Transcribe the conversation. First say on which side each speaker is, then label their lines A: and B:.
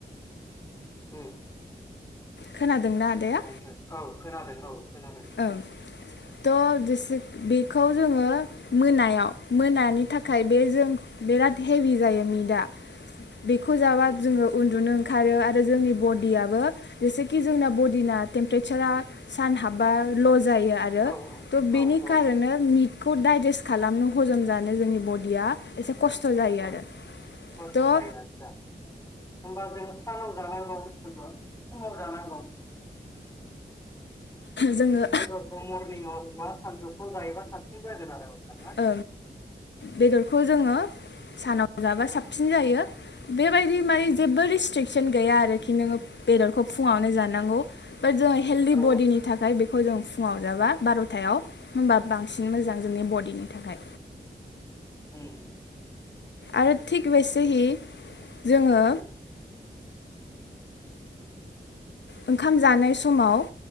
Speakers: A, on the left (about 15°); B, on the left (about 85°).
A: उ
B: खोनादोंना आदाया
A: <unintelligible> औ खोनादों औ खोनादों।
B: ओं थ' जेसे बेखौ जोंङो मोनायाव मोनानि थाखाय बे जों बिराद हेभि जायो मिदा बेखौ जाबा
A: उम,
B: जोंङो उन्दुनो खारो आरो जोंनि बडियाबो जेसेखि जोंना बडिना टेम्पारेसारा सान हाब बा ल' जायो आरो
A: औ
B: थ' बेनि
A: औ औ
B: खारनो खौ डाइजेस्ट खालामनो हजम जानो जोंनि बडिया एसे खस्थ' जायो
A: औ
B: आरो
A: खस्थ'
B: थह
A: जायो आदसा होमबा जों सानाव जानांगौ बुस्थुखौ फुंङाव जानांगौ
B: जोङो
A: बेदरखौ मरनिंआव बा सानजौफु जायोब्ला साबसिन जागोन आरो अब्लाना
B: ओ बेदरखौ जोंङो सानाव जाबा साबसिन जायो बेबायदि माने जेबो रेस्ट्रिकसन गैया आरोखि नोंङो बेदरखौ फुंङावनो जानांगौ बाट जोङो हेल्दि
A: औ
B: बडिनि थाखाय बेखौ जों फुंङाव जाबा बार'थायाव होमबा बांसिन मोजां जोंनि बडिनि थाखाय।
A: ओम
B: आरो थिक बेसे हि जोंङो
A: उम
B: ओंखाम जानाय समाव